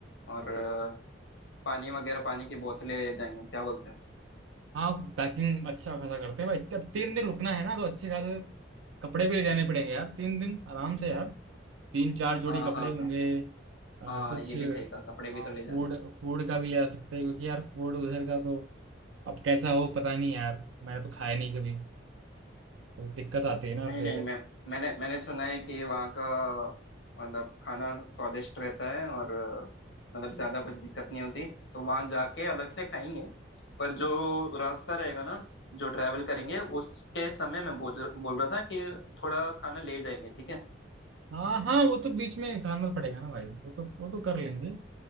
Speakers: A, on the left (about 70°); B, on the right (about 80°).
A: और अ, पानी वगैरह पानी की बोतलें ले जाएंगे क्या बोलते हो
B: हाँ पैकिंग अच्छा खासा करते हैं भाई जब तीन दिन रुकना है ना तो अच्छे खासे कपड़े भी ले जाने पड़ेंगे यार तीन दिन आराम से यार तीन चार जोड़ी
A: हाँ
B: कपड़े
A: हाँ
B: होंगे
A: कप
B: आ,
A: हाँ
B: कुछ
A: ये भी सही कहा कपड़े भी तो ले
B: फूड
A: जाने हैं।
B: फूड का भी ले जा सकते हैं क्योंकि यार फूड उधर का तो अब कैसा हो पता नहीं यार मैंने तो खाया नहीं कभी तो दिक्कत आती है ना
A: नहीं
B: फिर
A: नहीं मैं मैंने मैंने सुना है कि वहाँ का मतलब खाना स्वादिष्ट रहता है और अ, मतलब ज्यादा कुछ दिक्कत नहीं होती तो वहाँ जाके अलग से खाएंगे पर जो रास्ता रहेगा ना जो ट्रैवल करेंगे उसके समय मैं बोल बोल रहा था कि थोड़ा खाना ले जाएंगे ठीक है
B: हाँ हाँ वो तो बीच में खाना पड़ेगा ना भाई वो तो वो तो कर लेंगे